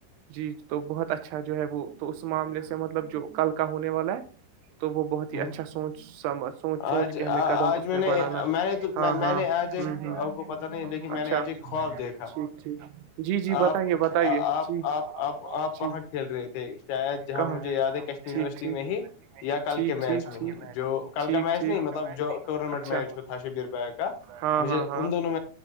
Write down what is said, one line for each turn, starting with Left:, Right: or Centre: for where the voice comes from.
Right: جی تو بہت اچھا جو ہے وہ تو اس معاملے سے مطلب جو کل کا ہونے والا ہے تو وہ بہت ہی
Left: ہ
Right: اچھا سوچ سم سوچ سوچ
Left: آج
Right: کے
Left: آ-
Right: ہمیں قدم
Left: آج میں نے
Right: بڑا لا
Left: میں نے تو
Right: ہاں
Left: میں میں
Right: ہاں
Left: نے آج ایک
Right: ہ ہ
Left: آپ کو پتا نہیں لیکن میں
Right: اچھا
Left: نے آج ایک
Right: ٹھیک
Left: خواب دیکھا
Right: ٹھیک جی جی
Left: آپ
Right: بتائیے بتائیے
Left: آپ
Right: جی
Left: آپ آپ آپ
Right: جی
Left: وہاں کھیل رہے تھے شاید جہاں
Right: کہاں
Left: مجھے یاد ہے کش یونیورسٹی
Right: ٹھیک ٹھیک
Left: میں ہی یا کل
Right: ٹھیک
Left: کے میچ
Right: ٹھیک
Left: میں
Right: ٹھیک
Left: ہی جو کل
Right: ٹھیک
Left: کا میچ
Right: ٹھیک
Left: نہیں مطلب جو ٹورنامنٹ
Right: اچھا
Left: میچ میں تھا شبیر ب کا
Right: ہاں
Left: مجھے
Right: ہاں
Left: ان
Right: ہاں
Left: دونوں